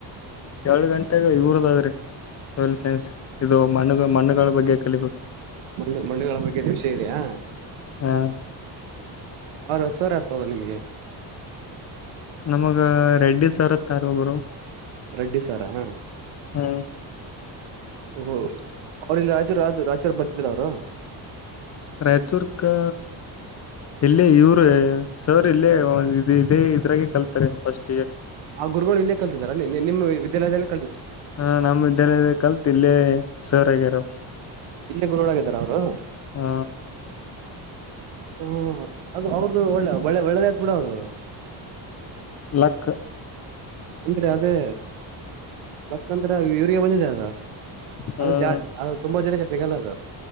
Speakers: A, on the left; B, on the right.
A: ಎರಡು ಗಂಟೆಗ ಇವರದದೇ ರೀ ಸೋಯಲ್ ಸೈನ್ಸ್ ಇದು ಮಣ ಮಣ್ಣುಗಳ ಬಗ್ಗೆ ಕಲಿಬೇಕು.
B: ಮಣ್ಣು ಮಣ್ಣುಗಳ ಬಗ್ಗೆ ದ ವಿಷಯ ಇದೆಯಾ
A: ಹ
B: ಅವ್ರ ಹರ್ಷ ರು ಯಾವ್ದೂ ತಗೊದ ನಿಮ್ಗೆ.
A: ನಮಗ ರೆಡ್ಡಿ ಸರ್ ಬರ್ತಾರೆ ಬ್ರೋ
B: ರೆಡ್ಡಿ ಸಾರ ಹಾ.
A: ಹ್ಮ.
B: ಓ ಅವ್ರ ಇಲ್ಲಿ ರಾಜರು ರಾಜರು ಬರ್ತಿದ್ರ ಅವರು.
A: ರಾಯಚೂರ್ ಕ ಇಲ್ಲೇ ಇವರು ಸರ್ ಇಲ್ಲೇ ಇದ ಇದೇ ಇದ್ರಾಗೆ ಕಲ್ತಾರೆ ಫಸ್ಟ್.
B: ಆ ಗುರುಗಳು ಇಲ್ಲೇ ಕಲ್ತಿದಾರ ನಿಮ್ಮ ವಿದ್ಯಾಲಯದಲ್ಲಿ.
A: ಹ ನಮ್ ವಿದ್ಯಾಲಯದಲ್ಲೇ ಕಲ್ತ್ ಇಲ್ಲೇ ಸರ್ ಆಗ್ಯರ.
B: ಇಲ್ಲೇ ಗುರುಳಾಗಿದರ ಅವರು.
A: ಹ
B: ಹ ಅದು ಅವ್ರದ್ದು ಒಳ್ಳೆ ಒಳ್ಳೆ ಒಳ್ಳೆದ್ ಆತ್ ಬಿಡ ಅವ್ರದು.
A: ಲಕ್
B: ಅಂದ್ರೆ ಅದೇ ಲಕ್ ಅಂದ್ರೆ ಯೂರಿಯಾ ಬಂದಿದೆ ಅದ.
A: ಹ್ಮ್
B: ಅದು ಜಾ ಅದು ತುಂಬಾ ಜನಕ್ಕೆ ಇಷ್ಟ ಸಿಗಲ್ಲದ.